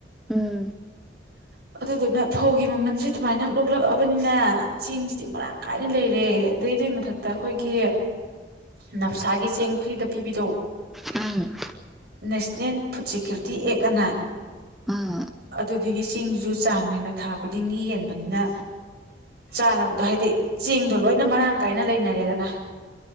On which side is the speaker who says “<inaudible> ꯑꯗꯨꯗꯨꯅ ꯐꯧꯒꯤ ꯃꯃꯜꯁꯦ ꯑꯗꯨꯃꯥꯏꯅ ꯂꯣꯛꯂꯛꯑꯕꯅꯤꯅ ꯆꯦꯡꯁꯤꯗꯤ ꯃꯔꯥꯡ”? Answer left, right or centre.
Right